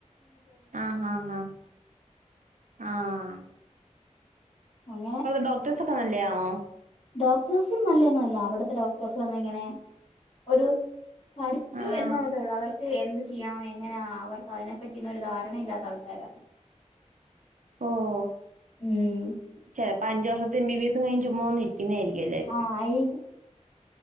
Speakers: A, on the right; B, on the left.
A: ആഹ് ആഹ് ആഹ് ആഹ്
B: <unintelligible>
A: ഡോക്ടേസ്ക്കെ നല്ലേയാണോ
B: ഡോക്ടേഴ്സും നല്ലൊന്നു അല്ല അവടത്തെ ഡോക്ടേഴ്സ് വന്നിങ്ങനെ ഒരു പഠിച്ചു
A: ആഹ്
B: എന്നോള്ളതേ ഒള്ളൂ അവർ ക്ക് എന്ത് ചെയ്യണം എങ്ങനാ അവർക്ക് അതിനെപ്പറ്റിന്നും ഒരു ധാരണയില്ലാത്ത ആൾക്കാരാ
A: ഓഹ്
B: ഉം
A: ചെലപ്പോ അഞ്ച് വർഷത്തെ എം ബി ബി എസ് കഴിഞ്ഞ് ചുമ്മാ വന്ന് ഇരിക്കുന്ന ആരിക്കും എല്ലാരും
B: ആഹ് ആയിരിക്കും